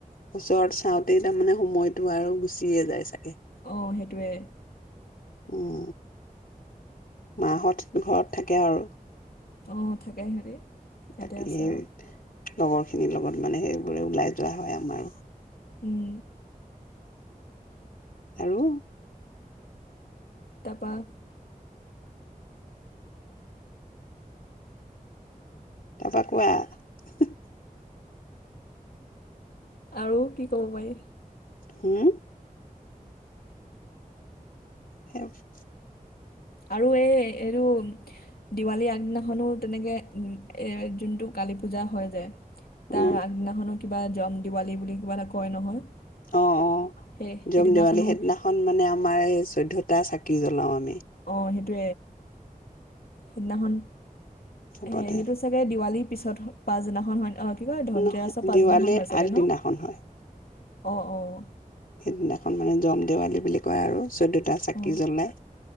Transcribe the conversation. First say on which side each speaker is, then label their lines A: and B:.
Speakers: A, on the left; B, on the left.
A: ওচৰত চাওঁতেই তাৰমানে সময়তটো আৰু গুচিয়ে যায় চাগে
B: আহ সেইটোৱে
A: উম মাহত ঘৰত থাকে আৰু
B: অঁ থাকে সিহঁতি ইয়াতে
A: তাকে
B: আছে
A: সেই
B: আৰু
A: লগৰ খিনিৰ লগত মানে সেইবোৰে ওলাই যোৱা হয় আমাৰো
B: উম
A: আৰু
B: উমম
A: তাৰাপৰা কোৱা
B: আৰু কি ক'ব পাৰি
A: হম স
B: আৰু এই এইটো দিৱালী আগদিনাখনো তেনেকে এ যোনটো কালী পূজা হয় যায় তাৰ
A: উম
B: আগদিনাখনো কিবা জম দিৱালী বুলি কিবা এটা কয় নহয়
A: অঁ অঁ
B: সেই সেইদিনাখনো
A: জম দেৱালী সেইদিনাখন মানে আমাৰ এই চৈধ্যটা চাকি জ্বলাও আমি
B: অঁ সেইটো সেইদিনাখন
A: চবতে
B: হে সেইটো চাগে দিৱালী পিছত পাছ জিলাখন হয় অঁ কি কয় ধনতেৰাছৰ
A: নহয়
B: পাছদিনাখন
A: দেৱালীৰ
B: হয় চাগে
A: আগদিনাখন
B: ন
A: হয়
B: অঁ অঁ
A: সেইদিনাখন মানে জম দেৱালী বুলি কয় আৰু চৈধ্যটা চাকি
B: অঁ
A: জ্বলাই